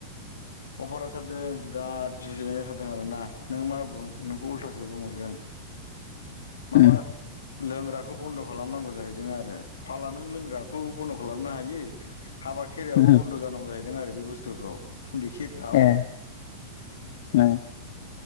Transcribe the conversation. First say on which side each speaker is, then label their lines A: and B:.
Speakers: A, on the left; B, on the left.
A: अबारथारदों बिराद जुजिनाय जाथारदों आरोना नों मा बुं नोंखौ उल्थासो बुंहरगोन माबा
B: उम
A: लोंग्रा खौ बन्द' खालामनांगौ जाहैदों आरो फाला नों लोंग्राखौ बन्द' खालामनो हायो। हाबा खेराइायावबो
B: उम
A: बन्द' जानांगौ जाहैदों आरो बे बुस्थुखौ। खेराव।
B: ए ओ